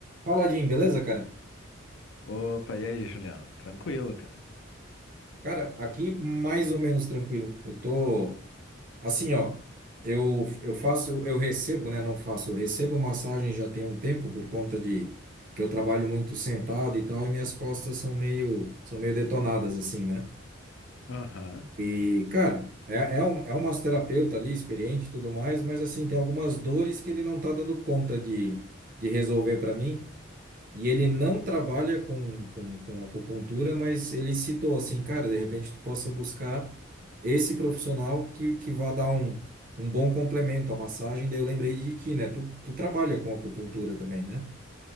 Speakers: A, on the right (about 40°); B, on the left (about 65°).
A: Fala, Jim, beleza, cara?
B: Opa, e aí, Juliano? Tranquilo, cara.
A: Cara, aqui mais ou menos tranquilo. Eu tô assim, ó. Eu, eu faço, eu recebo, né? Não faço, eu recebo massagem já tem um tempo por conta de que eu trabalho muito sentado e tal, e minhas costas são meio, são meio detonadas, assim, né?
B: Aham.
A: E, cara, é, é um, é um massoterapeuta ali, experiente e tudo mais, mas assim, tem algumas dores que ele não tá dando conta de, de resolver para mim. E ele não trabalha com, com, com acupuntura, mas ele citou assim, cara, de repente tu possa buscar esse profissional que, que vá dar um, um bom complemento à massagem. Daí eu lembrei de ti, né? Tu, tu trabalha com acupuntura também, né?